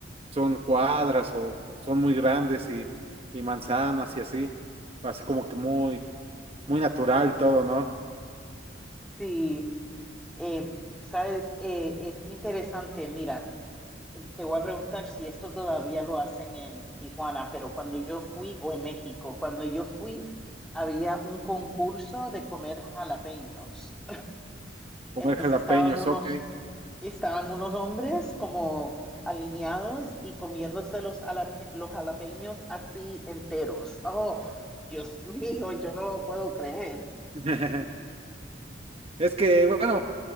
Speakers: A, on the right (about 30°); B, in the centre.
A: son cuadras o son muy grandes y, y manzanas y así, así como que muy, muy natural y todo, ¿no?
B: Sí, eh, sabes, eh, es interesante. Mira, te voy a preguntar si esto todavía lo hacen en Tijuana, pero cuando yo fui, o en México, cuando yo fui, había un concurso de comer jalapeños.
A: Comer
B: Entonces
A: jalapeños,
B: estaban unos,
A: ok.
B: estaban unos hombres como alineados y comiéndose los, jalape- los jalapeños así enteros. Oh, Dios mío, yo no lo puedo creer.
A: <laughs> Es que, bueno,